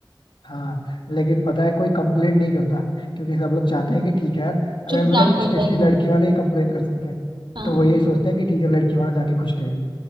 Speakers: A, on the left; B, on the right.
A: हाँ लेकिन पता है कोई कंप्लेंट नहीं करता क्योंकि सब लोग चाहते हैं कि ठीक है यार अगर
B: चुपचाप
A: मतलब
B: हो
A: स्पेशली
B: जाए
A: लड़की वाले ही कंप्लेंट कर सकते हैं
B: हाँ
A: तो वो यही सोचते हैं कि ठीक है लड़की वहां जाके खुश रहेगी